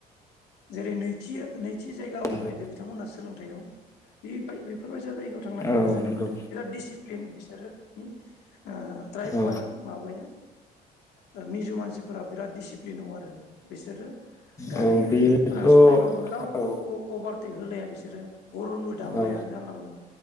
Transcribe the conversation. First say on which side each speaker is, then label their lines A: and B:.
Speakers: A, on the left (about 80°); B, on the left (about 20°).
A: जेरै नै थियो नैथि जायगा आवग्रिनायदो
B: नंगौ
A: बिथांमोनहा सोलोंथाइयाव बे बाय बेफ फोर जायगायाव थांनानै
B: औ
A: गोजोननाय
B: नंगौ
A: मोन बिराद दिसि प्लेन बिसोरो नि ओह त्राय
B: औ
A: मो माबाया ओ मिजौ मानसि बिराद दिसिप्लिनाव आरो बिसोरो गारि
B: औ बेथ'
A: ओरिफोरा सलायबाबो रावखौबो
B: औ
A: अ अभार टेक होलाया बिसोरो हरनबो दामलाया
B: औ
A: जानला मानला